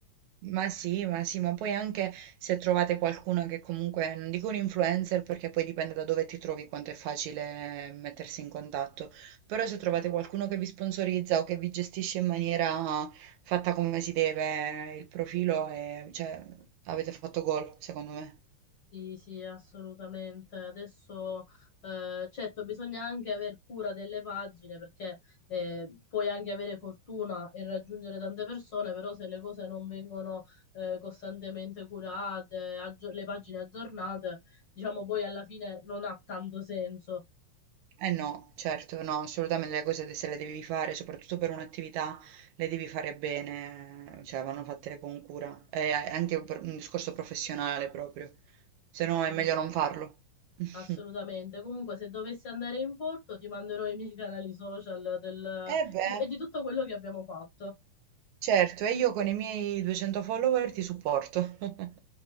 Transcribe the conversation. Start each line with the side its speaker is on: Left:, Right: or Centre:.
Right: Ma sì, ma sì, ma poi anche se trovate qualcuno che comunque, non dico un influencer perché poi dipende da dove ti trovi quanto è facile mettersi in contatto, però se trovate qualcuno che vi sponsorizza o che vi gestisce in maniera fatta come si deve il profilo, e, cioè, avete fatto gol, secondo me.
Left: Sì, sì, assolutamente. Adesso, eh, certo, bisogna anche aver cura delle pagine perché eh, puoi anche avere fortuna e raggiungere tante persone, però se le cose non vengono eh, costantemente curate, aggi- le pagine aggiornate, diciamo poi alla fine non ha tanto senso.
Right: Eh no, certo, no, assolutamente le cose de- se le devi fare, soprattutto per un'attività, le devi fare bene, cioè vanno fatte con cura, è anche per un discorso professionale proprio, se no
Left: Sì,
Right: è meglio non farlo.
Left: sì,
Right: <laughs>
Left: assolutamente. Comunque, se dovessi andare in porto, ti manderò i miei canali social del-
Right: Eh beh,
Left: e di tutto quello che abbiamo fatto.
Right: certo, e io con i miei 200 follower ti supporto. <laughs>